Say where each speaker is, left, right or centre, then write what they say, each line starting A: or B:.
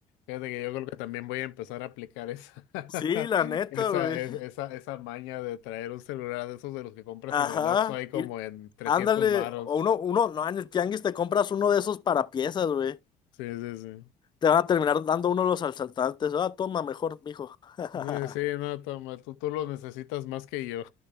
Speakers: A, on the left; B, on the left.
A: Fíjate que yo creo que también voy a empezar a aplicar esa, <laughs>
B: Sí, la neta,
A: esa,
B: güey.
A: es- esa, esa maña de traer un celular de esos de los que compras
B: Ajá,
A: en el Oxxo ahí como
B: y
A: en trescientos
B: ándale,
A: varos.
B: o uno, uno, no, en el tianguis te compras uno de esos para piezas, güey.
A: Sí, sí, sí.
B: Te van a terminar dando uno de los asaltantes. Ah, toma, mejor, mijo. <laughs>
A: Eh, Sí, no, toma, tú, tú lo necesitas más que yo.